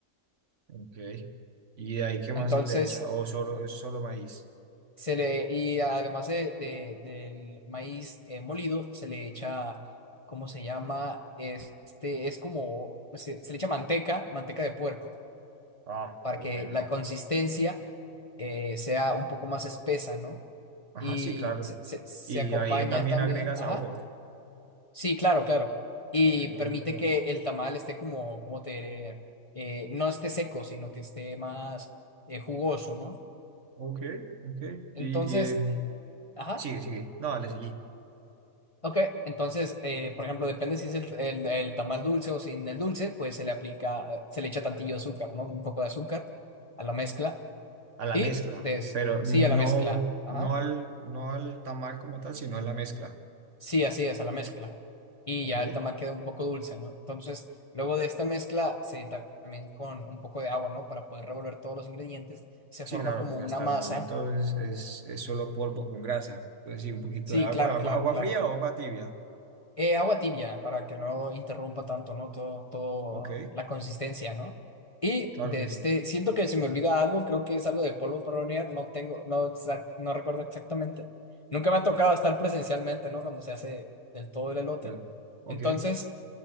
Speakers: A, on the right (about 55°); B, on the left (about 25°).
A: ok. ¿Y de ahí qué más
B: Entonces,
A: se le echa? ¿O solo, es solo maíz?
B: se le y además de, de- del maíz eh, molido, se le echa ¿Cómo se llama? Este es como, se, se le echa manteca, manteca de puerco.
A: Ah,
B: para
A: qué
B: que
A: bueno.
B: la consistencia eh, sea un poco más espesa, ¿no?
A: Ajá,
B: Y
A: sí, claro.
B: se, se- se
A: Y
B: acompaña
A: ahí también
B: también,
A: agrega sabor.
B: ajá, sí, claro, claro. Y
A: Agrega
B: permite
A: un montón.
B: que el tamal esté como, como te diré, eh, no esté seco, sino que esté más eh, jugoso, ¿no?
A: Ok, ok.
B: Entonces,
A: Y, y en-
B: eh, ajá,
A: Sigue, sigue. No, le seguí.
B: ok. Entonces, eh, por ejemplo, depende si es el, el, el tamal dulce o sin el dulce, pues se le aplica, eh, se le echa tantillo de azúcar, ¿no? Un poco de azúcar a la mezcla.
A: A la
B: Y
A: mezcla.
B: des,
A: Pero
B: sí,
A: no,
B: a la mezcla. Ajá.
A: no al, no al tamal como tal, sino a la mezcla.
B: Sí, así es, a la mezcla. Y
A: Ok.
B: ya el tamal queda un poco dulce, ¿no? Entonces, luego de esta mezcla, se, ta- también con un poco de agua, ¿no? Para poder revolver todos los ingredientes, se
A: Sí,
B: forma
A: claro,
B: como
A: porque
B: una
A: hasta
B: masa.
A: el momento es, es, es solo polvo con grasa. Entonces, sí, un poquito
B: Sí,
A: de agua.
B: claro,
A: ¿Agua,
B: claro,
A: agua
B: claro.
A: fría o agua tibia?
B: Eh, agua tibia, para que no interrumpa tanto, ¿no? Todo, todo
A: Ok,
B: la consistencia, ¿no? Y
A: claro
B: de
A: que
B: este,
A: sí.
B: siento que se me olvida algo, creo que es algo de polvo para hornear, no tengo, no, exact- no recuerdo exactamente. Nunca me ha tocado estar presencialmente, ¿no? Cuando se hace del todo el elote.
A: Bueno, ok.
B: Entonces...